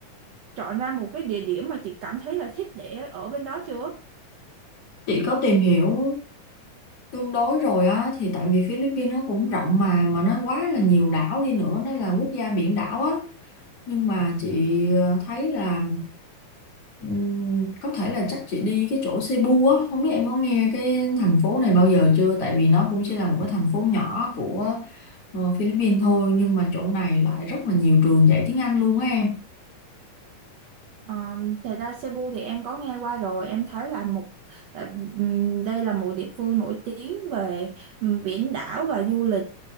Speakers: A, on the right; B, on the left.
A: chọn ra một cái địa điểm mà chị cảm thấy là thích để ở bên đó chưa?
B: Chị có tìm hiểu tương đối rồi á, thì tại vì Philippines nó cũng rộng mà, mà nó quá là nhiều đảo đi nữa, nó là quốc gia biển đảo á nhưng mà chị ờ, thấy là Ừm, có thể là chắc chị đi cái chỗ Cebu á không biết em có nghe cái thành phố này bao giờ chưa tại vì nó cũng chỉ là một cái thành phố nhỏ của ờ, Philippines thôi nhưng mà chỗ này lại rất là nhiều trường dạy tiếng Anh luôn á em
A: Ờ, thật ra Cebu thì em có nghe qua rồi em thấy là một tại, ừm, đây là một địa phương nổi tiếng về ừm, biển đảo và du lịch